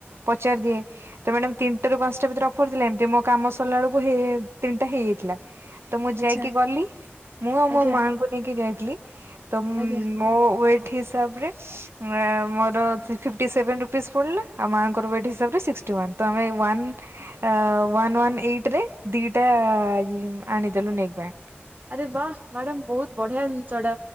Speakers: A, on the right; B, on the right.
A: ପଚାର ଦିଏ ତ ମ୍ୟାଡାମ୍ ତିନିଟାରୁ ପାଞ୍ଚଟା ଭିତରେ ଅଫର ଥିଲା ଏମତି ମୋ କାମ ସରିଲା ବେଳକୁ ହେଏ ତିନଟା ହେଇଯାଇଥିଲା। ତ ମୁଁ ଯାଇକି
B: ଆଚ୍ଛା
A: ଗଲି ମୁଁ ଆଉ
B: ଆଜ୍ଞା
A: ମୋ ମାଙ୍କୁ ନେଇକି ଯାଇଥିଲି ତ
B: ଆଜ୍ଞା
A: ମୋ ୱେଟ୍ ହିସାବରେ ମୋର ଫିଫ୍ଟି ସେଭେନ୍ ରୁପିଜ୍ ପଡ଼ିଲା ଆଉ ମାଙ୍କର ୱେଟ୍ ହିସାବରେ ସିକ୍ସଟି ୱାନ୍ ତ ଆମେ one uh one one eighty ରେ ଦିଟା ଆଣିଦେଲୁ ନେକ୍ ବ୍ୟାଣ୍ଡ।
B: ଆରେ ବା ମାଡ଼ାମ୍ ବହୁତ ବଢ଼ିଆ ଜିନିଷ ଟା